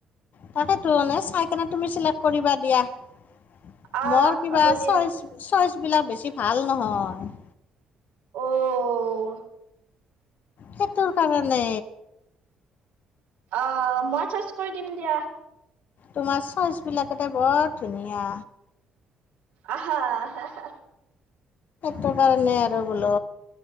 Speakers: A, on the left; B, on the right.
A: তাকেটো চাই কেনে তুমি চিলেক্ট কৰিবা দিয়া
B: আহ
A: মোৰ কিবা
B: হ'ব দিয়া
A: চইচ চইচ বিলাক বেছি ভাল নহয়
B: অ'
A: সেইটোৰ কাৰণে
B: অ মই চাৰ্জ কৰি দিম দিয়া
A: তোমাৰ চইচ বিলাকতে বৰ ধুনীয়া
B: আহ হা হা
A: টো কাৰণে আৰু বোলো